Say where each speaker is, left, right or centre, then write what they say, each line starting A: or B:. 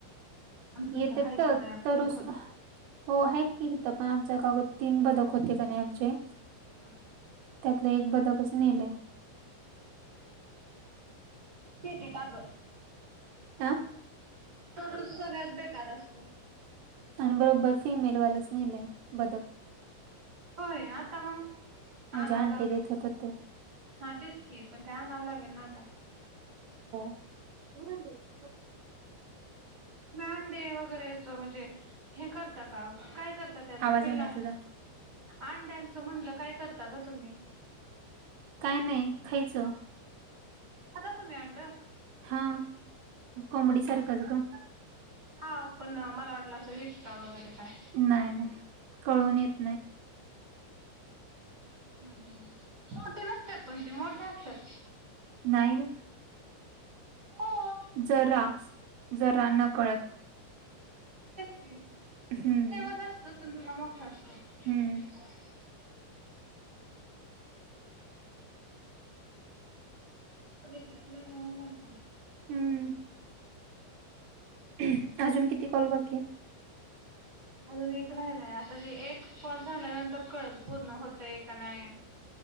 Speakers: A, on the right; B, on the right.
A: आमच्या इथं
B: येतेत
A: हाय
B: त
A: ते बाया
B: तरुस
A: खरोखर
B: हो हाहेत की इथं पण आमचा कागोद तीन बदक होते का नाही आमचे
A: हम्म
B: त्यातलं एक बदकच नेलय.
A: ते ती ताग
B: आ
A: तरुस सगळ्यात बेकार असत.
B: आणि बरोबर फिमेलवालंच नेलंय बदक.
A: होय आता मग
B: म्हणजे
A: आनाव
B: अंडी
A: लागल.
B: देत होत ते
A: हा तेच की पण ते आनावं लागेल ना आता
B: <unintelligible>
A: तुम्ही अंडे वगैरेच म्हणजे हे करता का काय करता त्याच
B: आवाज
A: पिल्ला
B: ये नाही तुझा
A: अंड्यांचं म्हणलं काय करता ग तुम्ही?
B: काय नाही खायचं.
A: खाता तुम्ही अंड?
B: हा कोंबडी सारखंच ग.
A: हा, पण मला वाटलं असं विकता वगैरे काय?
B: नाही, नाही कळून येत नाही.
A: हं, हं, हं, छोटे नसत्यात पण, ते मोठे असत्यात.
B: नाही ग.
A: हो
B: जरास जरा नकळत.
A: ते की,
B: हम्म
A: शेवट असत, पण जरा मोठा असतो.
B: हम्म.
A: <inaudible> घेतलेत ना, म्हणून म्हटलं.
B: हम्म. <unintelligible> आजून किती कॉल बाकीेत आहे.
A: अजून एक राहिलंय, आता एक कॉल झाल्यानंतर कळेल पूर्ण होतय का नाय?